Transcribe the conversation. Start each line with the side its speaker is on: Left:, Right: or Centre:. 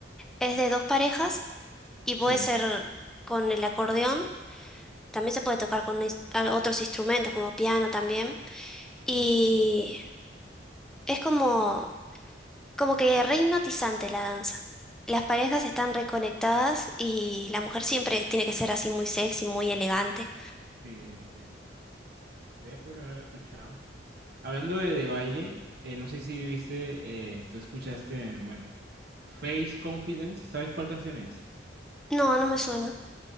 Centre: Es de dos parejas y puede
Right: Sí,
Centre: ser con el acordeón, también se puede tocar con ins- a- otros instrumentos como piano también. Y
Right: ya.
Centre: es como, como que re hipnotizante la danza. Las parejas están reconectadas y la mujer siempre tiene que ser así muy sexy, muy elegante.
Right: Sí, sí, sí. Vea, pues no lo he escuchado. Hablando de, de baile, eh, no sé si viste, eh, tú escuchaste, bueno, Face Confidence, ¿sabes cuál canción es?
Centre: No, no me suena.